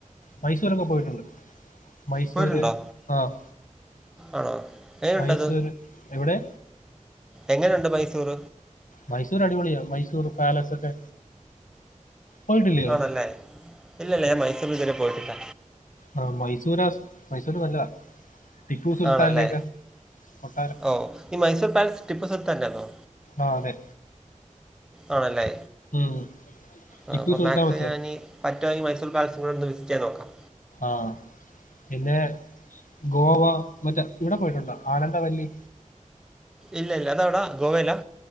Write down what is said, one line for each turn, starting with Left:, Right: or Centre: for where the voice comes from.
Left: മൈസൂരൊക്കെ പോയിട്ടുണ്ട് മൈസൂര്
Centre: പോയിട്ടുണ്ടോ
Left: ആഹ്
Centre: ആണോ? എങ്ങനെയുണ്ടത്
Left: മൈസൂര് എവിടെ?
Centre: എങ്ങനെയുണ്ട് മൈസൂർ?
Left: മൈസൂർ അടിപൊളിയാ മൈസൂർ പാലസ് ഒക്കെ. പോയിട്ടില്ലയോ
Centre: ആണല്ലേ ഇല്ലല്ലേഞാൻ മൈസൂരിൽ ഇതുവരെ പോയിട്ടില്ല.
Left: ആ മൈസൂര് മൈസൂർ നല്ലതാണ് ടിപ്പു സുൽത്താൻന്റെക്കൊ
Centre: ആണല്ലേ
Left: കൊട്ടാരം.
Centre: ഓ ഈ മൈസൂർ പാലേസ് ടിപ്പു സുർത്തററ്ആണോ?
Left: ആ അതെ
Centre: ആണല്ലേ
Left: ഉം
Centre: ആ
Left: ടിപ്പു
Centre: അപ്പോൾ
Left: സുൽത്താൻ
Centre: മാക്സ്
Left: വെച്ച
Centre: ഞാനീ പട്ടുവാണേൽ മൈസൂർ പാലസ് ഒന്ന് വിസിറ്റ് ചെയ്യാൻ നോക്കാം
Left: ആഹ പിന്നെ ഗോവ മറ്റേ ഇവിടെ പോയിട്ടുണ്ടോ ആനന്ദവല്ലി
Centre: ഇല്ല ഇല്ല അതവിടാ ഗോവയിലാ